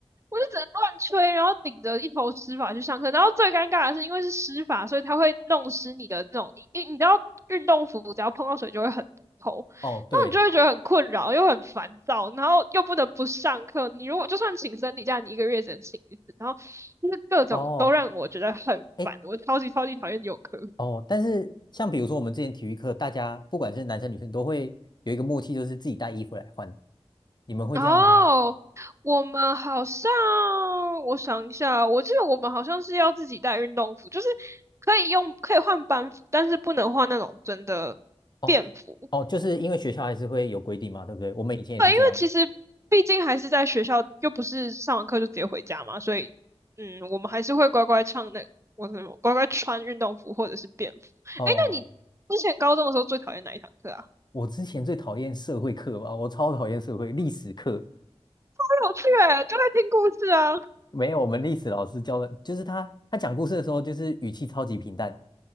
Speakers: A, on the right; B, on the left.
A: 我就只能乱吹，然后顶着一头湿发去上课。然后最尴尬的是，因为是湿发，所以它会弄湿你的那种，你你知道运动服只要碰到水就会很透，
B: 哦，对，
A: 然后你就会觉得很困扰，又很烦躁，然后又不能不上课。你如果就算请生理假，你一个月只能请一次，然后就是各种都让我觉得很烦，
B: 哦。哎。
A: 我超级超级讨厌有课。
B: 哦，但是像比如说我们之前体育课，大家不管是男生女生都会有一个默契，就是自己带衣服来换。你们会这样吗？
A: 哦，我们好像，我想一下，我记得我们好像是要自己带运动服，就是可以用，可以换班服，但是不能换那种真的便服。
B: 哦哦，就是因为学校还是会有规定嘛，对不对？我们以前也是这样。
A: 那其实毕竟还是在学校，又不是上完课就直接回家嘛，所以，嗯，我们还是会乖乖唱那，我什么乖乖穿运动服或者是便服。
B: 哦，
A: 哎，那你之前高中的时候最讨厌哪一堂课啊？
B: 我之前最讨厌社会课吧，我超讨厌社会历史课。
A: 很有趣诶，就在听故事啊。
B: 没有，我们历史老师教的，就是他他讲故事的时候，就是语气超级平淡，